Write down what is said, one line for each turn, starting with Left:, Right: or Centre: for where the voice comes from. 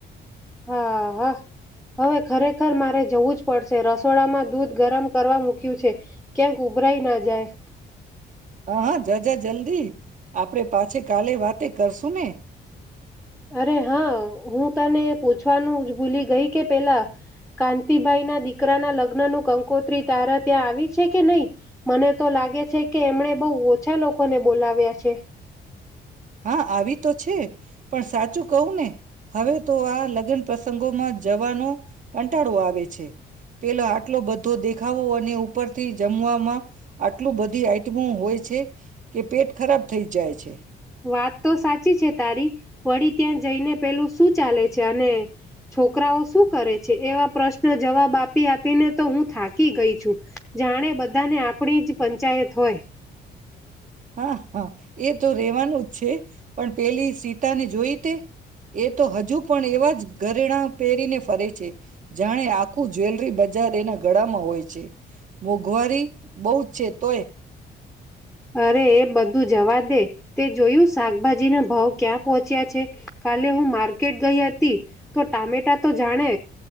Centre: હા હા હવે ખરેખર મારે જવું જ પડશે રસોડામાં દૂધ ગરમ કરવા મુૂક્યું છે ક્યાંક ઉભરાઈ ના જાય
Right: હા હા જ જ જલ્દી આપણે પાછી કાલે વાતે કરશું ને
Centre: અરે હા હું તને પૂછવાનું ભૂલી ગઈ કે પેલા કાંતિભાઈ ના દીકરાના લગ્ન ન કંકોત્રી તારા ત્યાં આવી છે કે નહીં મને તો લાગે છે કે એમણે બહુ ઓછા લોકોને બોલાવ્યા છે
Right: હા આવી તો છે પણ સાચું કવું ને હવે તો આ લગ્ન પ્ર સંઘોમાં જવાનો કંટાળવા આવે છે પેલો આટલો બધો દેખ ખાવો અને ઉપરથી જમવામાં આટલું બધી આઈટમો હોય છે કે પેટ ખરાબ થઈ જાય છે
Centre: વાત તો સાચી છે તારી વળી ત્યાં જઈને પેલું શું ચાલે <inaudible> <inaudible> છોકરાઓ શું કરે છે એવા પ્રશ્ન જવાબ આપી આપીને તો હું થાકી ગઈ છું જાણે બધાને આપણી જ પંચાયત હોય
Right: હા હા એ તો રેવાનું જ છે પણ પેલી સીતા ને જોઈ તે એ તો હજુ પણ એવા જ ઘરેણા પહેરીને ફરે છે જાણે આખું જ્વેલરી બ જાર એના ગડા માં હોય છે. મોંઘવારી બઉ જ છે. તો એ.
Centre: અરે એ બધું જવા દે તે જોયું શાકભાજીના ભાવ ક્યાં પહોંચ્યા છે કાલે હું માર્કેટ ગઈ હતી તો ટામેટા તો જાણે